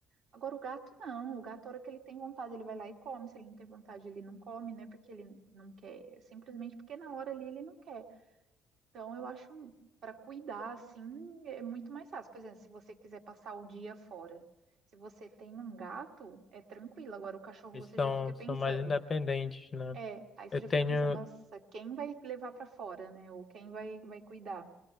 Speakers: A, on the right (about 45°); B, on the left (about 20°).
A: Agora, o gato não. O gato, a hora que ele tem vontade, ele vai lá e come. Se ele não tem vontade, ele não come, não é porque ele não quer, é simplesmente porque na hora ali ele não quer. Então, eu acho, para cuidar, assim, é muito mais fácil. Por exemplo, se você quiser passar o dia fora. Se você tem um gato, é tranquilo. Agora, o cachorro,
B: Eles
A: você
B: são,
A: já fica pensando.
B: são mais independentes, né?
A: É, aí você
B: Eu
A: já
B: tenho,
A: fica pensando, nossa, quem vai levar para fora, né? Ou quem vai, vai cuidar?